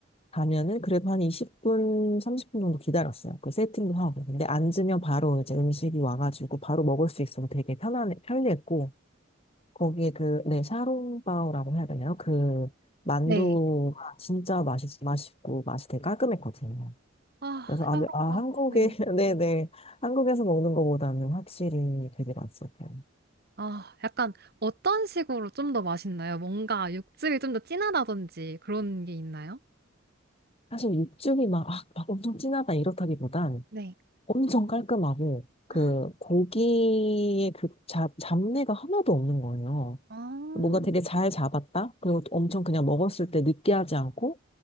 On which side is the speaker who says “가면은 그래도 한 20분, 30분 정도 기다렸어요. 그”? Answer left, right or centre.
Left